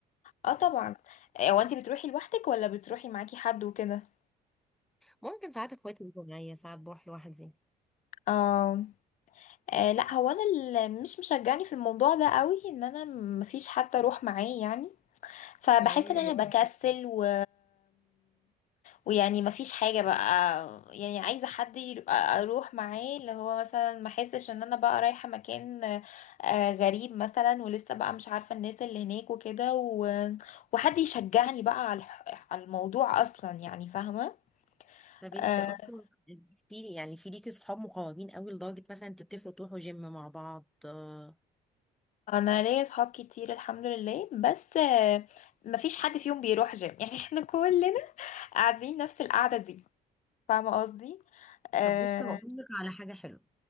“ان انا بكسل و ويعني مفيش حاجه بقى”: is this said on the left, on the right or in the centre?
Left